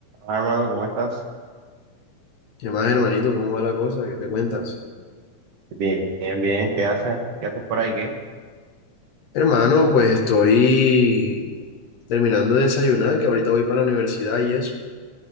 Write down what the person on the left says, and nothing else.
¿Qué más, hermanito? ¿Cómo va la cosa? ¿Qué te cuentas?
Hermano, pues estoy terminando de desayunar, que ahorita voy para la universidad y eso,